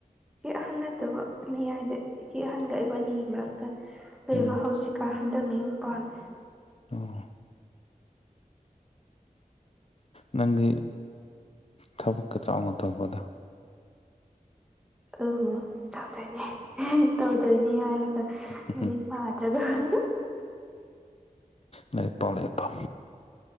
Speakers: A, in the centre; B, on the left (about 45°).
A: ꯆꯦ ꯑꯍꯟ ꯅꯠꯇꯕ ꯃꯌꯥꯏꯗ ꯆꯦ ꯑꯍꯟꯒ ꯏꯕꯅꯤꯒꯤ ꯃꯔꯛꯇ ꯂꯩꯕ
B: ꯎꯝ
A: ꯍꯧꯖꯤꯛꯀꯥꯟ ꯍꯟꯗꯛꯅ ꯌꯨꯝ ꯄꯥꯜꯂꯦ
B: ꯑꯣ ꯅꯪꯒꯤ ꯊꯕꯛꯀ ꯆꯥꯎꯅ ꯇꯧꯈꯣꯗ
A: ꯑ ꯇꯧꯗꯣꯏꯅꯦ <unintelligible> ꯇꯧꯗꯣꯏꯅꯦ ꯍꯥꯏꯔꯒ
B: ꯎꯝ
A: ꯂꯥꯏꯔꯤꯛ ꯄꯥꯗ꯭ꯔꯒ <unintelligible>
B: ꯂꯥꯏꯔꯤꯛ ꯄꯥꯎ ꯂꯥꯏꯔꯤꯛ ꯄꯥꯎ